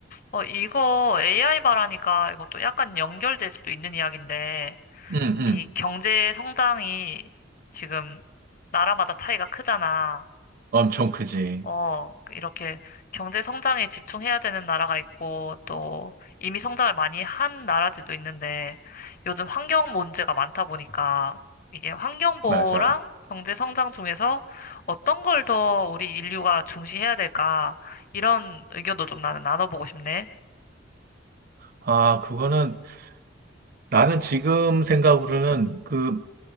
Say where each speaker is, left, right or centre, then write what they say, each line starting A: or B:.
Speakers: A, on the left; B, on the right.
A: 어, 이거 AI 말하니까 이것도 약간 연결될 수도 있는 이야기인데,
B: 응, 응.
A: 이 경제 성장이 지금 나라마다 차이가 크잖아.
B: 엄청 크지.
A: 어, 그 이렇게 경제 성장에 집중해야 되는 나라가 있고, 또 이미 성장을 많이 한 나라들도 있는데, 요즘 환경 문제가 많다 보니까, 이게 환경보호랑
B: 맞아.
A: 경제 성장 중에서 어떤 걸 더 우리 인류가 중시해야 될까, 이런 의견도 좀 나는 나눠보고 싶네.
B: 아, 그거는 나는 지금 생각으로는 그